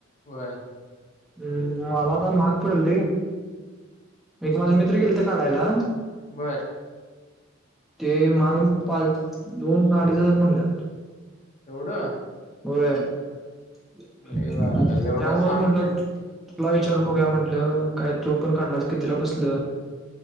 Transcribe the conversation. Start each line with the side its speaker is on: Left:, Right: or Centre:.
Left: वय
Centre: हम् मला तर माहाग पडल रे. एक माझा मित्र गेल त काढायला
Left: बर
Centre: ते महाग पाच दोन अडीच हजार म्हलेत.
Left: एवढं.
Centre: होय त्यामुळेच
Left: लय बा आलं एवढं सहा
Centre: म्हंटलं.
Left: महिन्यात
Centre: तुला विचारून बघू म्हटलं काय तू पण काढलास की तिला बसलं.